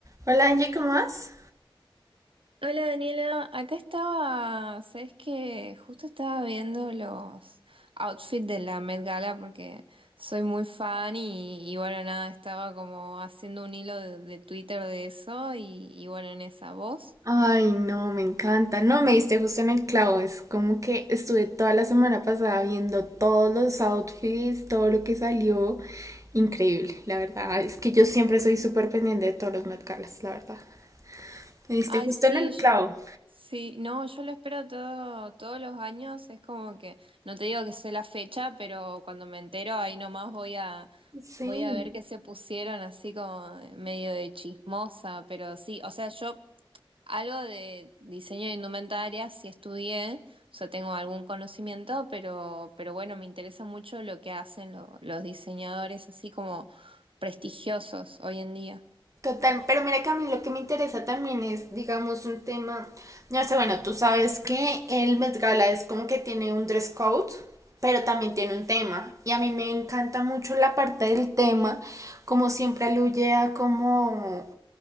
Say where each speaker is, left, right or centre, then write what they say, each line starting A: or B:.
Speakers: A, on the right; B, on the right.
A: Hola Angie, ¿cómo vas?
B: Hola Daniela, acá estaba, sabes que justo estaba viendo los outfits de la Met Gala porque soy muy fan y, y bueno, nada, estaba como haciendo un hilo de, de Twitter de eso y, y bueno, en esa voz.
A: Ay, no, me encanta. No, me diste justo en el clavo. Es como que estuve toda la semana pasada viendo todos los outfits, todo lo que salió. Increíble, la verdad. Es que yo siempre soy súper pendiente de todos los Met Galas, la verdad. Me diste
B: Ay,
A: justo
B: sí,
A: en el
B: yo,
A: clavo.
B: sí, no, yo lo espero todo, todos los años, es como que, no te digo que sé la fecha, pero cuando me entero ahí nomás voy a...
A: Sí.
B: Voy a ver qué se pusieron así como medio de chismosa, pero sí, o sea, yo Algo de diseño de indumentaria sí estudié, o sea, tengo algún conocimiento, pero, pero bueno, me interesa mucho lo que hacen lo- los diseñadores así como prestigiosos hoy en día.
A: Total, pero mira que a mí lo que me interesa también es, digamos, un tema, no sé, bueno, tú sabes que el Met Gala es como que tiene un dress code, pero también tiene un tema, y a mí me encanta mucho la parte del tema, como siempre aluye a como,